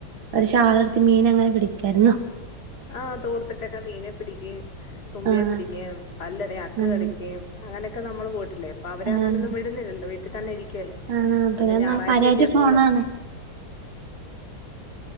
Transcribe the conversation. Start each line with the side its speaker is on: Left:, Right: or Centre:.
Right: ഒരു ഷാളെടുത്ത് മീൻ എങ്ങനെ പിടിക് കെടന്നോ
Left: ആഹ് തോർത്തിട്ടൊക്കെ മീനെ പിടിക്കേം തുമ്പിയെ
Right: ആഹ്
Left: പിടിക്കേം കല്ലെറിയേം അക്ക്
Right: ആഹ്
Left: കളിക്കേം അങ്ങനെക്കെ നമ്മള് പോയിട്ടില്ലേ ഇപ്പ അവരെ
Right: ആഹ്
Left: അങ്ങനൊന്നും വിടുന്നില്ലല്ലോ വിട് ട്ടി തന്നെരി ക്കയല്ലേ
Right: ആഹ്
Left: പിന്നെ ഞായറാഴ്ച
Right: നമ്മ കാര്യായിട്ട്
Left: കിട്ടിയപ്പോത്
Right: ഫോണാണ്